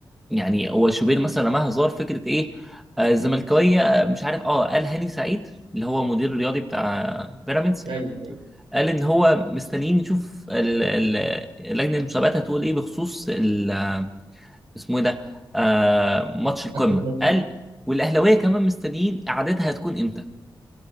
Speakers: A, in the centre; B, on the right.
A: يعني هو شوبير مثلا رماها هزار فكره ايه آه، الزملكاويه آه، مش عارف اه قال هاني سعيد اللي هو مدير الرياضي بتاع بيراميدز
B: ايوه ايوه
A: قال ان هو مستنيين يشوف ال- ال- لجنه المسابقات هتقول ايه بخصوص ال- اسمه ايه ده آه ماتش القمه
B: حتى الماتش
A: قال والاهلاويه كمان مستنيين قعدتها هتكون امتى